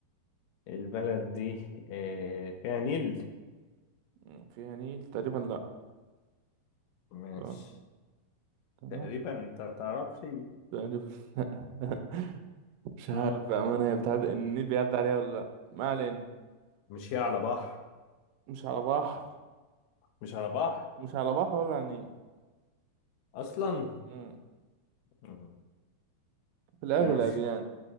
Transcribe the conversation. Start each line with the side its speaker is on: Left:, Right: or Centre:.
Left: البلد دي آه، فيها نيل
Right: مم، فيها نيل تقريبا لا
Left: ماشي
Right: تمام تمام.
Left: تقريبا انت متعرفش
Right: تقريبا <laughs> لا. مش عارف
Left: <laughs> مم.
Right: بأمانة هي بتعدي النيل بيعدي عليها ولا لا ما علينا
Left: مش هي على بحر
Right: مش على بحر
Left: مش على بحر
Right: مش على بحر ولا على نيل
Left: اصلا
Right: مم.
Left: مم.
Right: في الأغلب
Left: ماشي
Right: يعني